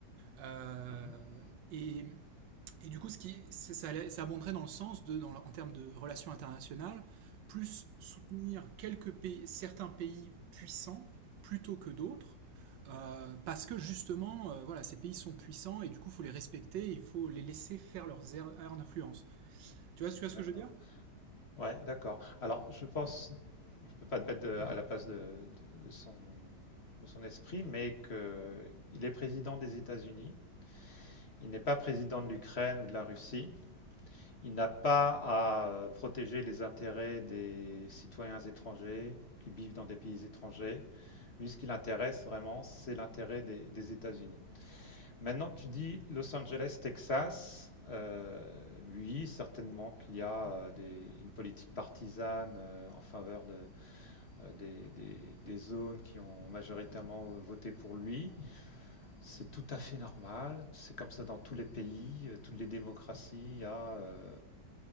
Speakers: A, on the right (about 85°); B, on the left (about 35°).
A: Euh,
B: Mhm.
A: et et du coup, ce qui, ça, ça abonderait dans le sens de, dans en termes de relations internationales, plus soutenir quelques pays, certains pays puissants plutôt que d'autres, euh, parce que justement, euh, voilà, ces pays sont puissants et du coup, il faut les respecter, il faut les laisser faire leurs aires aires d'influence. Tu vois, ce- tu vois ce
B: D'accord.
A: que je veux dire?
B: Ouais, d'accord. Alors, je pense ne peut pas te mettre de- à la place de, de- de son, de son esprit, mais qu'il est président des États-Unis, il n'est pas président de l'Ukraine ou de la Russie, il n'a pas à euh, protéger les intérêts des citoyens étrangers qui vivent dans des pays étrangers. Lui, ce qui l'intéresse vraiment, c'est l'intérêt des, des États-Unis. Maintenant, tu dis Los Angeles, Texas. Euh, oui, certainement qu'il y a euh, des- une politique partisane euh, en faveur de, euh, des, des- des zones qui ont majoritairement voté pour lui. C'est tout à fait normal. C'est comme ça dans tous les pays, euh, toutes les démocraties. Il y a, euh,